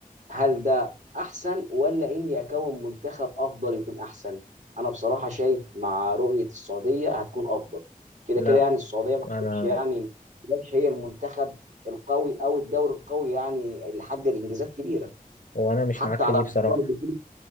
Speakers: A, on the right; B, on the left.
A: هل ده احسن ولا اني اكون منتخب افضل يكون احسن انا بصراحه شايف مع رؤيه السعوديه هتكون افضل كده
B: لا
A: كده يعني السعوديه ما
B: انا
A: كانتش يعني ما كانتش هي المنتخب القوي او الدوري القوي يعني اللي حقق انجازات كبيره
B: هو انا مش
A: حتى
B: معاك في
A: على
B: دي
A: مدار
B: بصراحه
A: بطوله